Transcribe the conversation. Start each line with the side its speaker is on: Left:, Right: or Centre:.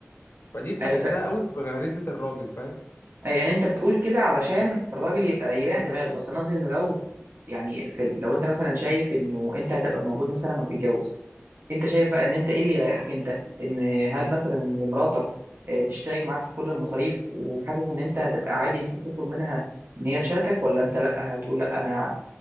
Left: فدي بحسها
Right: ايوه
Left: قوي في غريزه الراجل فاهم
Right: أي يعني انت بتقول كده علشان الراجل يبقى يريح دماغه بس انا قصدي انه لو يعني في ال- لو انت مثلا شايف انه انت هتبقى موجود مثلا وهتتجوز انت شايف بقى ان انت ايه اللي يريحك انت ان هل مثلا إن مراتك آه، تشترك معاك في كل المصاريف وحاسس ان انت هتبقى عادي ان انت تطلب منها ان هي تشاركك ولا انت لا هتقول لا انا